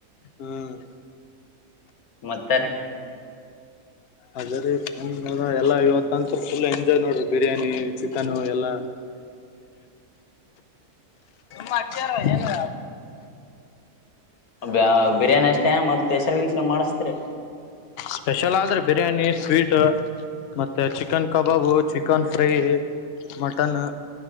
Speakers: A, on the left; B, on the left.
A: ಹ್ಮ್
B: ಮತ್ತಾ ರೆ
A: ಅದ ರೀ ಪ್ಲಾನಿಂಗಾರ ಎಲ್ಲ ಇವತ್ತುಂತರ ಫುಲ್ ಎಂಜಾಯ್ ನೋಡ್ರರಿ ಬಿರಿಯಾನಿ ಚಿಕನು ಎಲ್ಲ ಮಾರಏನು
B: ಬ ಬಿರಿಯಾನಿ ಅಷ್ಟೇ ಮತ್ತ ಹೆಸರ್ ಗೀಸ ಮಾಡಿಸತರಿ
A: ಸ್ಪೆಷಲ್ ಆದ್ರೆ ಬಿರಿಯಾನಿ ಸ್ವೀಟ್ ಮತ್ತೆ ಚಿಕನ್ ಕಬಾಬು ಚಿಕನ್ ಫ್ರೈ ಮಟನ್